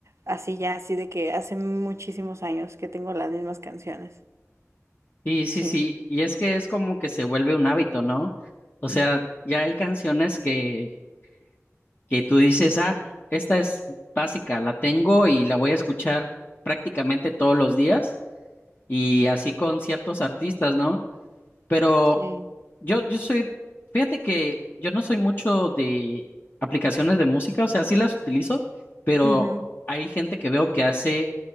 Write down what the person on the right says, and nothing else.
así ya, así de que hace muchísimos años que tengo las mismas canciones.
Sí,
sí.
Ujú,